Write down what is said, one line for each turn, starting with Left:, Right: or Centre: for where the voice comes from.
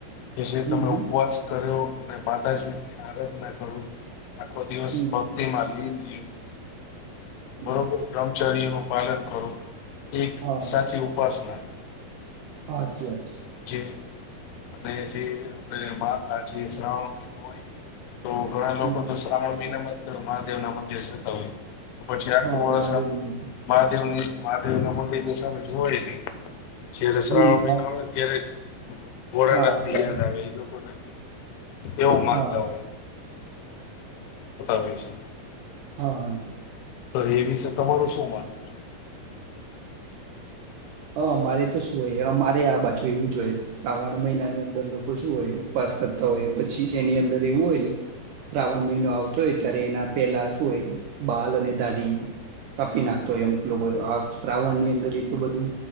Left: કે જે તમે
Right: હમ
Left: ઉપવાસ કર્યો. અને માતાજી ની આરાધના કરો આખો દિવસ
Right: હમ
Left: ભક્તિ મા લીન <inaudible>
Right: હમ
Left: બરોબર બ્રહ્મ ચર્યનું પાલન કરો. એક
Right: હા
Left: સાચી ઉપાસના
Right: સાચી વાત છે.
Left: આપણે આજે અંને આજે જે શ્રાવણ મહીનો હોય. તો ઘણા
Right: છે
Left: લોકો
Right: હ
Left: તો શ્રાવણ મહિનામાં મહાદેવ ના મંદિર જતા હોય. પછી આખુ
Right: હા
Left: વર્ષ
Right: મહાદેવ
Left: એમ
Right: ન મંદિર
Left: મહાદેવની. મહાદેવ ના મંદિરની સામે જોવાય નહી. જ્યારે શ્રાવણ
Right: હમ
Left: મહીનો
Right: સાચું.
Left: હોય ને <unintelligible> ભોળા
Right: હા
Left: નાથ
Right: ત્યાં
Left: બીજા આવે એ લોકો એવું કેમ
Right: હા
Left: તા હોય છે.
Right: હા હા.
Left: તો એ વિશે તમારું શું માનવું છે?
Right: હ અમારે તો શું હોય અમારે આ બાજુ એવું જ હોય છે. શ્રાવણ મહિનાની અંદર લોકો શું હોય ઉપવાસ કરતા હોય પછી એની અંદર એવું હોય, ને શ્રાવણ મહિનો આવતો હોય ત્યારે એના પેલા શું હોય બાલ અને દાઢી કાપી નાખતો હોય અમુક લોકો શ્રાવણ ની અંદર એટલું બધું